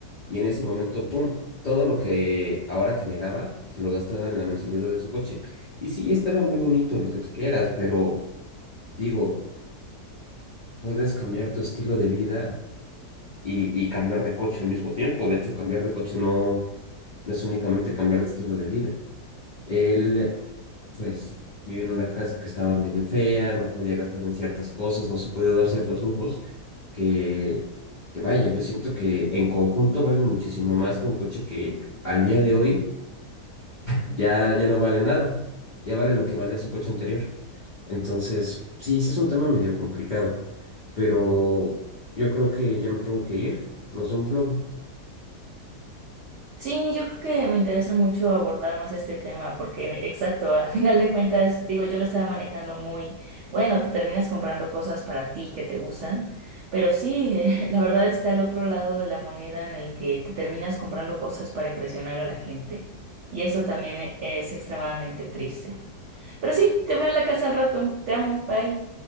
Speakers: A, on the left (about 70°); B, on the right (about 85°).
A: y en ese momento, ¡pum!, todo lo que ahora generaba se lo gastaba en la mensualidad de su coche. Y sí, estaba muy bonito lo que tú quieras, pero digo, puedes cambiar tu estilo de vida y, y cambiar de coche al mismo tiempo. De hecho, cambiar de coche no, no es únicamente cambiar de estilo de vida. Él, pues, vivía en una casa que estaba medio fea, no podía gastar en ciertas cosas, no se podía dar ciertos lujos, que, que vaya, yo siento que en conjunto valen muchísimo más que un coche que al día de hoy ya, ya no vale nada, ya vale lo que valía su coche anterior. Entonces, sí, sí es un tema medio complicado, pero yo creo que ya me tengo que ir. Nos vemos luego.
B: Sí, yo creo que me interesa mucho abordar más este tema porque, exacto, a final de cuentas, digo, yo lo estaba manejando muy, bueno, te terminas comprando cosas para ti que te gustan, pero sí, eh, <laughs> la verdad está el otro lado de la moneda en el que te terminas comprando cosas para impresionar a la gente y eso también e- es extremadamente triste. Pero sí, te veo en la casa al rato, te amo, bye.